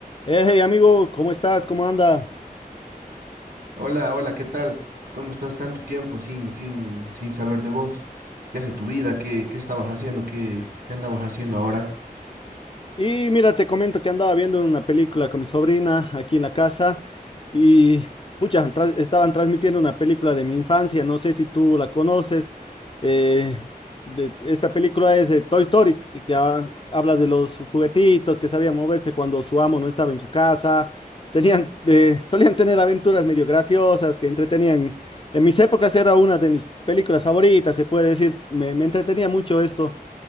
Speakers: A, on the left (about 35°); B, on the right (about 75°).
A: Eh, hey amigo, ¿cómo estás? ¿Cómo anda?
B: Hola, hola, ¿qué tal? ¿Cómo estás tanto tiempo sin, sin, sin saber de vos? ¿Qué hace tu vida? ¿Qué, qué estabas haciendo? ¿Qué, qué andabas haciendo ahora?
A: Y mira, te comento que andaba viendo una película con mi sobrina aquí en la casa y pucha, tra- estaban transmitiendo una película de mi infancia, no sé si tú la conoces. eh, de- esta película es eh, Toy Story, y que ha- habla de los juguetitos que sabían moverse cuando su amo no estaba en su casa. Tenían, eh, solían tener aventuras medio graciosas que entretenían. En mis épocas era una de mis películas favoritas, se puede decir, me me entretenía mucho esto.